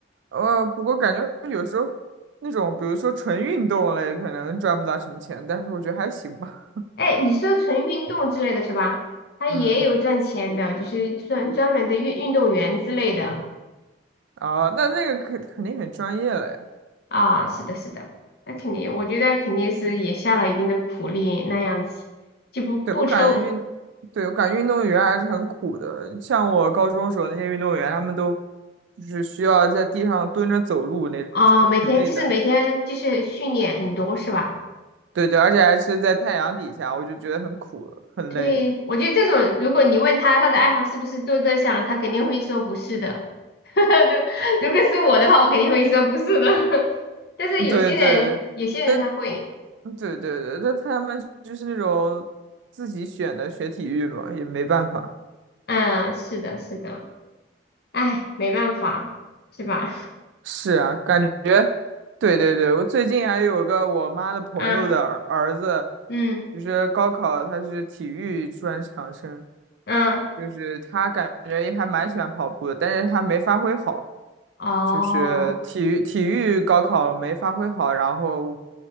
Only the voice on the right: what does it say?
呃，不过感觉有时候那种，比如说纯运动类，可能赚不到什么钱，但是我觉得还行吧。
嗯，
啊，那那个肯肯定很专业了呀。
对，我感觉运，对，我感觉运动员还是很苦的。像我高中时候那些运动员，他们都就是需要在地上蹲着走路那种，
很累的。对对，而且还是在太阳底下，我就觉得很苦，很累。
对对，
但嗯对对对，那他们就是那种自己选的学体育嘛，也没办法。
是啊，感觉，对对对，我最近还有个我妈的朋友的儿儿子，
就是高考他是体育专场生，
就是他感觉也还蛮喜欢跑步的，但是他没发挥好，
就是体育体育高考没发挥好，然后，